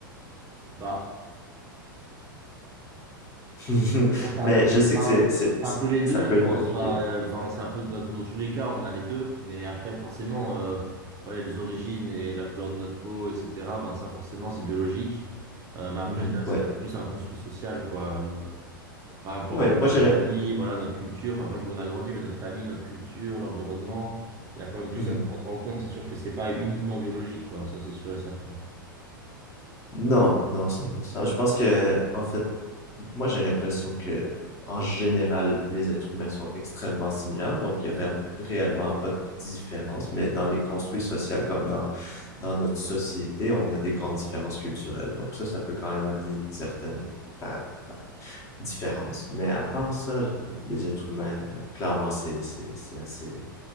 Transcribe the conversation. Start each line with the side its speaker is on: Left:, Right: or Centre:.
Right: bah,
Left: <laughs>
Right: pense que C'est
Left: Mais
Right: un peu,
Left: je sais
Right: enfin,
Left: que c'est, c'est,
Right: c'est
Left: c'est-
Right: un peu les deux,
Left: ça peut
Right: je pense.
Left: être compliqué.
Right: Enfin, euh, enfin, c'est un peu dans, dans tous les cas, on a les deux. Mais après, forcément, euh, voilà, les origines et la couleur de notre peau, etc. Ben ça, forcément, c'est biologique. Euh, mais après,
Left: Mhm.
Right: je dirais que
Left: Ouais.
Right: c'est quand même plus un construit social, quoi. Euh, par rapport
Left: Ouais,
Right: à où
Left: moi
Right: on a
Left: j'ai...
Right: grandi,
Left: la-
Right: voilà, notre culture. Enfin, pas que où on a grandi, mais notre famille, notre culture, l'environnement. Il y a quand même tout
Left: Mhm.
Right: ça qui rentre en compte. C'est sûr que c'est pas uniquement biologique, quoi. Ça, c'est sûr et certain.
Left: Non, non, 100%. Je pense que, en fait, moi j'ai l'impression que, en général, les êtres humains sont extrêmement similaires, donc il n'y aurait réellement pas de différence, mais dans les construits sociaux comme dans, dans notre société, on a des grandes différences culturelles. Donc ça, ça peut quand même amener certaines euh, ben, différences, mais à part ça, les êtres humains, ben, clairement, c'est c'est- c'est assez